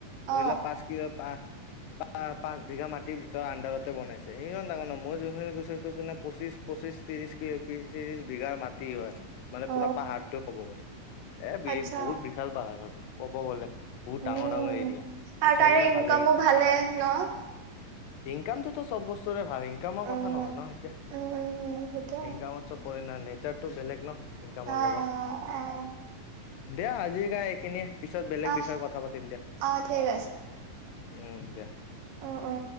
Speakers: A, on the right (about 80°); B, on the left (about 85°).
A: অ
B: ধৰি লোৱা পাঁচ কিবা পা আহ পাঁচ বিঘা মাটিৰ ভিতৰত আন্দাৰতে বনাইছে ইমান ডাঙৰ ন মই যোনিনি গছো সেইটো মানে পঁচিশ পঁচিশ ত্ৰিশ পি ত্ৰিশ বিঘা মাটি হয় মানে
A: অ
B: পুৰা পাহাৰ কব গ'লে এ,
A: আচ্ছা
B: বহুত বিশাল পাহাৰ আৰু ক'ব গ'লে বহুত
A: উম
B: ডাঙৰ ডাঙৰ এৰিয়া।
A: আৰু
B: চাই
A: তাৰে
B: কেনে
A: ইনকামো
B: ভাল
A: ভালে ন'?
B: ইনকামটোত চব বস্তুৰে ভাল ইন ইনকামৰ
A: উম
B: কথা নহয় ন' এতিয়া
A: উম উম সেইটোৱে
B: ইনকামত চব পৰে না' নেচাৰটো বেলেগ ন'। ইনকামৰ
A: অ অ
B: লগত দিয়া আজি কাৰনে এইখিনিয়ে। পিছত বেলেগ
A: আহ
B: বিষয়ে কথা পাতিম দিয়া।
A: আহ ঠিক
B: উম, দিয়া।
A: অ-অ।